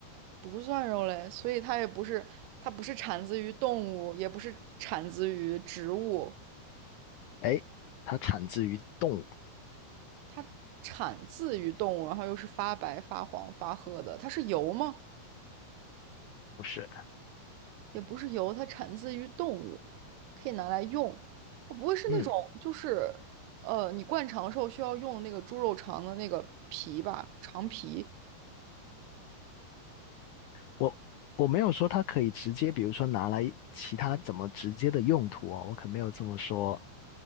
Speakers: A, on the right; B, on the left.
A: 不算肉类，所以它也不是，它不是产自于动物，也不是产自于植物，
B: 哎，它产自于动物，
A: 它产自于动物，然后又是发白、发黄、发褐的，它是油吗？
B: 不是，
A: 也不是油，它产自于动物，可以拿来用。我不会是那种就是
B: 嗯，
A: 呃，你灌肠时候需要用那个猪肉肠的那个皮吧，肠皮。
B: 我我没有说它可以直接，比如说拿来其他怎么直接的用途哦，我可没有这么说。